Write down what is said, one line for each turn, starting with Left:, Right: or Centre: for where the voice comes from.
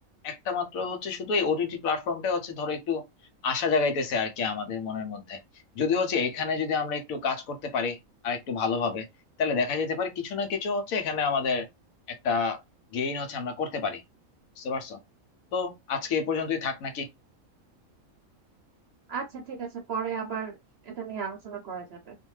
Left: একটা মাত্র হচ্ছে শুধু এই ওটিটি প্ল্যাটফর্মটা হচ্ছে ধরো একটু আশা জাগাইতেছে আর কি আমাদের মনের মধ্যে যদি হচ্ছে এখানে যদি আমরা একটু কাজ করতে পারি আর একটু ভালোভাবে তাহলে দেখা যেতে পারে কিছু না কিছু হচ্ছে এখানে আমাদের একটা গেইন হচ্ছে আমরা করতে পারি বুঝতে পারছো তো আজকে এই পর্যন্তই থাক নাকি
Right: আচ্ছা ঠিক আছে পরে আবার এটা নিয়ে আলোচনা করা যাবে